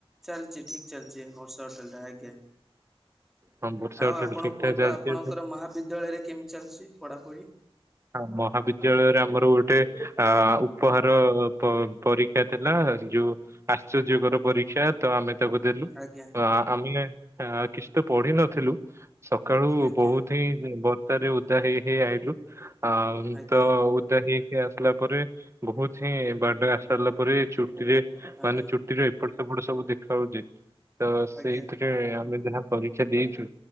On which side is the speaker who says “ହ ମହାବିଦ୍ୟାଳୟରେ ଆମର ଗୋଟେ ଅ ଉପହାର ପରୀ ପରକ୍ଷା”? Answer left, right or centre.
Right